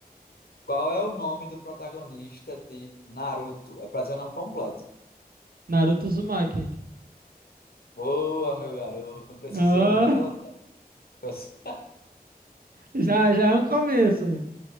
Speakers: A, on the left; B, on the right.
A: Qual é o nome do protagonista de Naruto? É pra dizer o nome completo.
B: Naruto Uzumaki.
A: Boa, meu garoto. Não precisou
B: Ah,
A: nem da outra pessoa.
B: já, já é um começo.